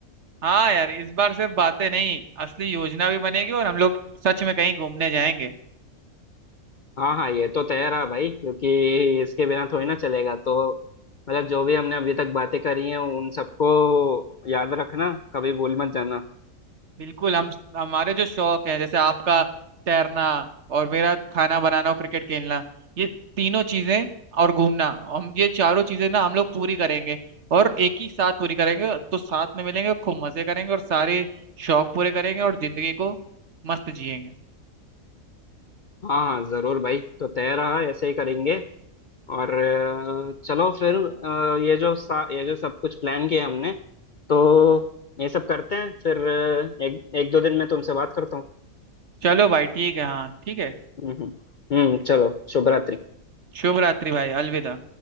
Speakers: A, on the right (about 55°); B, on the left (about 50°).
A: हाँ यार इस बार सिर्फ बातें नहीं असली योजना भी बनेगी और हम लोग सच में कहीं घूमने जाएंगे
B: हाँ हाँ ये तो तेरा भाई क्योंकि इसके बिना थोड़ी ना चलेगा तो मतलब जो भी हमने अभी तक बातें करी हैं उन सबको याद रखना कभी भूल मत जाना
A: बिल्कुल हम हमारे जो शौक है जैसे आपका तैरना और मेरा खाना बनाना और क्रिकेट खेलना ये तीनों चीजें और घूमना हम ये चारों चीजें ना हम लोग पूरी करेंगे और एक ही साथ पूरी करेंगे तो साथ में मिलेंगे खूब मजे करेंगे और सारे शौक पूरे करेंगे और जिंदगी को मस्त जिएंगे
B: हाँ हाँ जरूर भाई तो तेरा ऐसे ही करेंगे और अ, चलो फिर अ, ये जो सा, ये जो सब कुछ प्लान किया हमने तो ये सब करते हैं फिर अ, एक एक दो दिन में तुमसे बात करता हूँ
A: चलो भाई ठीक है हाँ ठीक है
B: हम्म हम्म हम्म, चलो शुभ रात्रि
A: शुभ रात्रि भाई अलविदा